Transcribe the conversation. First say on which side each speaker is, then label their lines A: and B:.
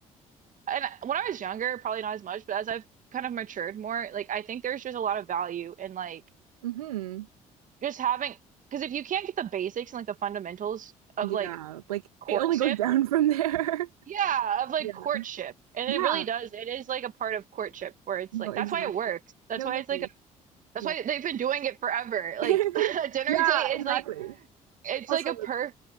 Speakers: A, on the right; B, on the right.
A: and when I was younger, probably not as much, but as I've kind of matured more, like I think there's just a lot of value in like
B: hmm
A: just having, because if you can't get the basics and like the fundamentals of
B: Yeah,
A: like
B: like
A: courtship,
B: it only goes <laughs> down from there. <laughs>
A: yeah, of like
B: Yeah.
A: courtship, and
B: Yeah.
A: it really does. It is like a part of courtship where it's
B: No,
A: like
B: exactly.
A: that's why it works. That's
B: No,
A: why
B: exactly.
A: it's like a, that's
B: Yeah.
A: why they've been doing it forever. Like
B: <laughs>
A: <laughs> a dinner
B: Yeah,
A: date
B: exactly.
A: is like it's
B: Also,
A: like a perf